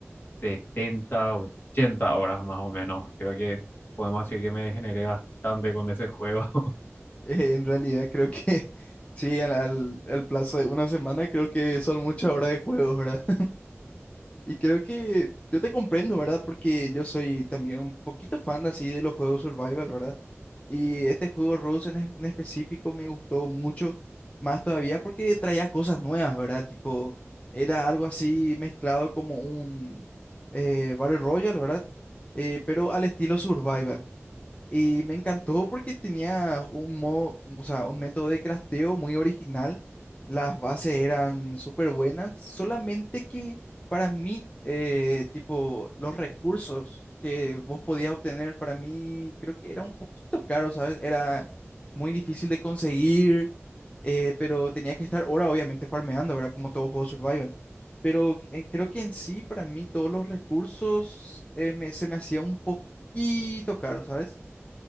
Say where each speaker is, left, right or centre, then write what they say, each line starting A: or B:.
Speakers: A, on the left; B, on the left.
A: 70, 80 horas más o menos. Creo que podemos decir que me degeneré bastante con ese juego. <laughs>
B: eh, en realidad creo que <laughs> sí, al, al- al plazo de una semana creo que son muchas horas de juego, ¿verdad? Y creo que yo te comprendo, ¿verdad? Porque yo soy también un poquito fan así de los juegos survival, ¿verdad? Y este juego Rust en, es- en específico me gustó mucho, más todavía porque traía cosas nuevas, ¿verdad? Tipo, era algo así mezclado como un eh, Battle Royale, ¿verdad? Eh, pero al estilo survival. Y me encantó porque tenía un modo, o sea, un método de crafteo muy original. Las bases eran súper buenas, solamente que para mí, eh, tipo, los recursos que vos podías obtener, para mí creo que era un poquito caro, ¿sabes? Era muy difícil de conseguir, eh, pero tenía que estar ahora obviamente farmeando, ¿verdad? Como todo juego survival. Pero eh, creo que en sí, para mí, todos los recursos eh, me- se me hacía un poquito caro, ¿sabes?